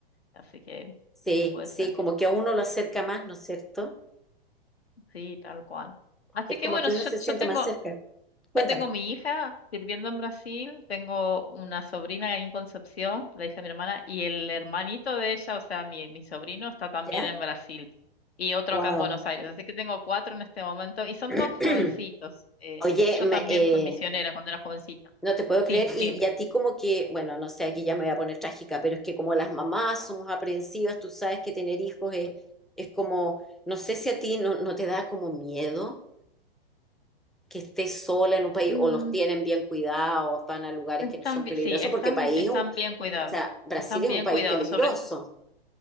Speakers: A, on the left; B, in the centre.
A: Así que
B: sí,
A: sí, puede
B: sí,
A: ser
B: como
A: que
B: que a uno lo acerca más, ¿no es cierto?
A: sí, tal cual. Así
B: Es
A: que
B: como
A: bueno,
B: que uno
A: si
B: se
A: yo,
B: siente
A: yo tengo,
B: más cerca. Cuéntame,
A: yo tengo mi hija sirviendo en Brasil, tengo una sobrina ahí en Concepción, la hija de mi hermana, y el hermanito de ella, o sea, mi, mi sobrino, está también
B: ¿ya?
A: en Brasil, y otro
B: Wow.
A: acá en Buenos Aires. Así que tengo cuatro en este momento, y son
B: <clears throat>
A: todos jovencitos. Eh,
B: Oye,
A: yo
B: me-
A: también
B: eh,
A: fui misionera cuando era jovencita.
B: no te puedo
A: Sí,
B: creer.
A: dígame.
B: Y, y a ti como que, bueno, no sé, aquí ya me voy a poner trágica, pero es que como las mamás somos aprensivas, tú sabes que tener hijos es, es como, no sé si a ti no, no te da como miedo. que esté sola en un país
A: Mm,
B: o los tienen bien cuidados, van a lugares
A: están,
B: que no son peligrosos,
A: bi- sí, están,
B: porque país,
A: están
B: es un-
A: bien cuidados.
B: o sea, Brasil
A: Están
B: es
A: bien
B: un país
A: cuidados,
B: peligroso.
A: sobre,